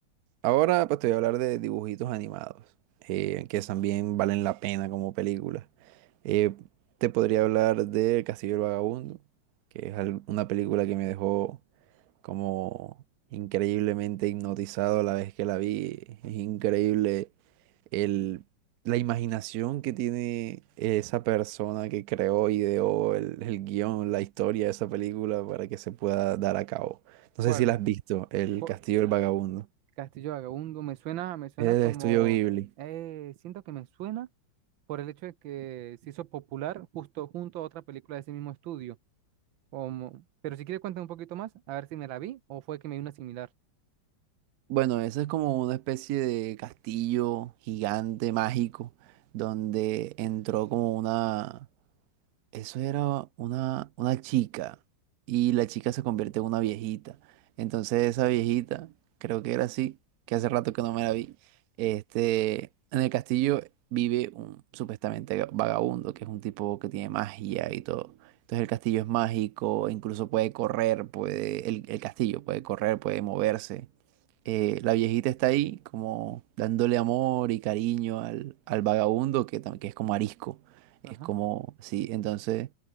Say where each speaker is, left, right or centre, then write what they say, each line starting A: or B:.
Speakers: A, on the right (about 65°); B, on the right (about 80°).
A: Ahora pues te voy a hablar de dibujitos animados, eh, que también valen la pena como películas. Eh, te podría hablar de Castillo el Vagabundo, que es al- una película que me dejó como increíblemente hipnotizado la vez que la vi. Es increíble el, la imaginación que tiene esa persona que creó, ideó el, el guión, la historia de esa película para que se pueda dar a cabo.
B: ¿Cuál?
A: No sé si la has visto, El
B: ¿Cu-
A: Castillo del Vagabundo.
B: Castillo Vagabundo, me suena, me suena
A: Es del
B: como,
A: estudio Ghibli.
B: eh, siento que me suena por el hecho de que se hizo popular justo junto a otra película de ese mismo estudio. Como... Pero si quieres cuéntame un poquito más, a ver si me la vi o fue que me vi una similar.
A: Bueno, eso es como una especie de castillo gigante mágico donde entró como una Eso era una, una chica y la chica se convierte en una viejita. Entonces esa viejita, creo que era así, que hace rato que no me la vi. Este, en el castillo vive un supuestamente ga- vagabundo, que es un tipo que tiene magia y todo. Entonces el castillo es mágico, incluso puede correr, puede, el, el castillo puede correr, puede moverse. Eh, la viejita está ahí como dándole amor y cariño al, al vagabundo que, tam- que es como arisco.
B: Ajá.
A: Es como, sí, entonces